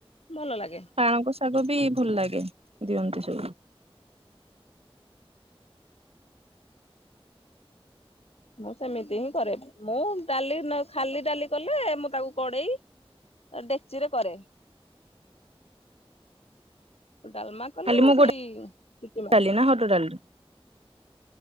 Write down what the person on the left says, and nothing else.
ଭଲ ଲାଗେ।
ମୁଁ ସେମିତି ହିଁ କରେ, ମୁଁ ଡ଼ାଲି ନ ଖାଲି ଡ଼ାଲି କଲେ ମୁଁ ତାକୁ କଡ଼େଇ ଡେକ୍ଚିରେ କରେ। ଡ଼ାଲମା କଲେ
ସେଇ ସିଟି ମାରିଦିଏ।